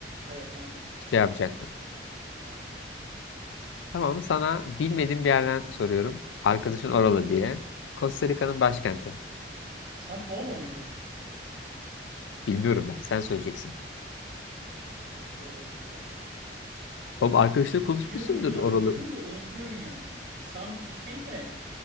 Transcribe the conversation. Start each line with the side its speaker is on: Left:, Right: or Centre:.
Right: Evet aynen.
Left: Şey yapacaktın.
Right: Evet.
Left: Tamam sana bilmediğim bir yerden soruyorum.
Right: Sor.
Left: Arkadaşın oralı diye. Costa Rica'nın başkenti.
Right: São Paulo muydu?
Left: Bilmiyorum ben. Sen söyleyeceksin.
Right: Zor oldu bu ya.
Left: Oğlum arkadaşla konuşmuşsundur
Right: Biliyorum ya.
Left: oralı.
Right: Biliyorum da unutuyorum yani. San bir şey de